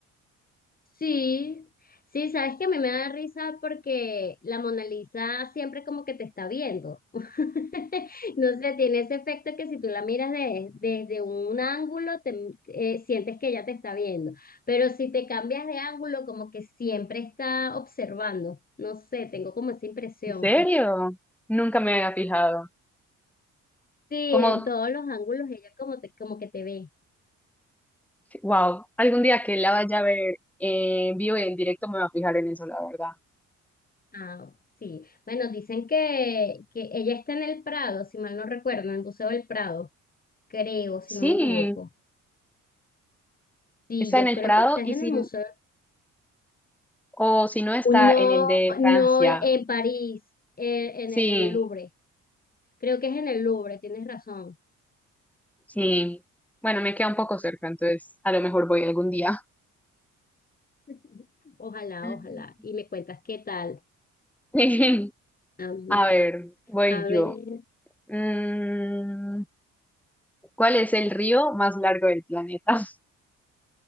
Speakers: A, on the left (about 30°); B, in the centre.
A: Sí, sí, sabes que a mí me da risa porque la Mona Lisa siempre como que te está viendo. <laughs> No sé, tiene ese efecto que si tú la miras de- desde un ángulo, te, eh, sientes que ella te está viendo. Pero si te cambias de ángulo, como que siempre está observando. No sé, tengo como esa impresión.
B: ¿En serio? Nunca me había fijado.
A: Sí,
B: Como,
A: en todos los ángulos ella como, te, como que te ve.
B: wow, algún día que la vaya a ver eh, en vivo y en directo me voy a fijar en eso, la verdad.
A: Ah, sí. Bueno, dicen que, que ella está en el Prado, si mal no recuerdo, en el Museo del Prado. creo, si
B: Sí,
A: no me equivoco. Sí,
B: está
A: yo
B: en el
A: creo
B: Prado
A: que estás
B: y
A: en
B: si,
A: el museo,
B: o si no está
A: no,
B: en el de Francia.
A: no en París, eh, en
B: Sí.
A: el Louvre. Creo que es en el Louvre, tienes razón.
B: Sí, bueno, me queda un poco cerca, entonces a lo mejor voy algún día.
A: <laughs> Ojalá,
B: Mm.
A: ojalá. Y me cuentas qué tal.
B: <laughs>
A: Am,
B: A ver, voy
A: a
B: yo.
A: ver,
B: Mm, ¿cuál es el río más largo del planeta?